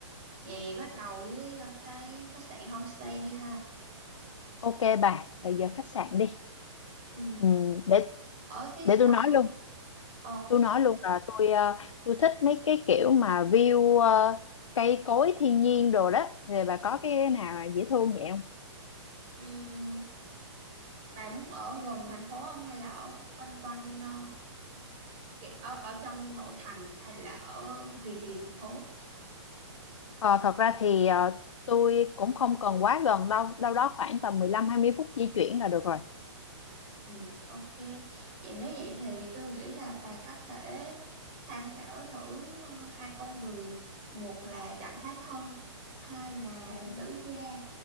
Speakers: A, on the right; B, on the left.
A: Vậy bắt đầu với ờ, cái khách sạn homestay đi ha.
B: ok bà rồi giờ khách sạn đi
A: Ừ,
B: ừ, để
A: ở cái
B: để
A: style
B: tôi nói luôn
A: ok.
B: tôi nói luôn là tôi ờ, tôi thích mấy cái kiểu mà view ờ, cây cối thiên nhiên đồ đó thì bà có cái nào dễ thương vậy không
A: Ừm, bà muốn ở gần thành phố không hay là ở quanh quanh ờ, kiểu ở ở trong nội thành hay là ở rìa rìa thành phố?
B: Ờ, thật ra thì ờ, tôi cũng không cần quá gần đâu đâu đó khoảng tầm 15 20 phút di chuyển là được rồi
A: Ừ, ok. Vậy nếu vậy thì tôi nghĩ là bà có thể tham khảo thử ờ, hai con đường. Một là đặng thái thân, hai là
B: Ừ.
A: nữ gia.